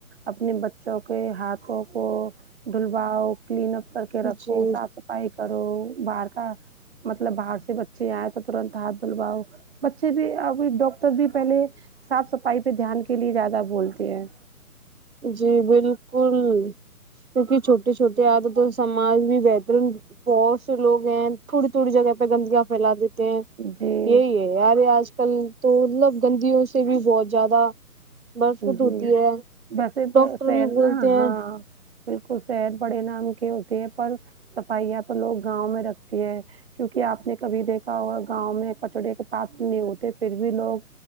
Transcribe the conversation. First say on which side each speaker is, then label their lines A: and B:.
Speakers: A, on the right (about 40°); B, on the right (about 65°).
A: اپنے بچوں کے ہاتھوں کو دلواؤ کلین اپ کر کے رکھو
B: جی
A: صاف صفائی کرو باہر کا مطلب باہر سے بچے آئے تو ترنت ہاتھ دھلواؤ بچے بھی ابھی ڈاکٹر بھی پہلے صاف صفائی پہ دھیان کے لیے زیادہ بولتے ہیں
B: جی بالکل کیونکہ چھوٹے چھوٹے عادتوں سماج بھی بہترین بہت سے لوگ ہیں تھوڑی تھوڑی جگہ پہ گندگیاں پھیلا دیتے
A: جی
B: تے یہی ہے یار آج کل تو مطلب گندیوں سے بھی بہت زیادہ برفت
A: جی
B: ہوتی ہے
A: ویسے
B: ڈاکٹر
A: سیر
B: بھی بولتے
A: ہاں
B: ہیں
A: بالکل سیر بڑے نام کے ہوتے ہیں پر صفائیاں تو لوگ گاؤں میں رکھتی ہے کیونکی آپ نے کبھی دیکھا ہوگا گاؤں میں کچڑے کے پات نہیں ہوتے پھر بھی لوگ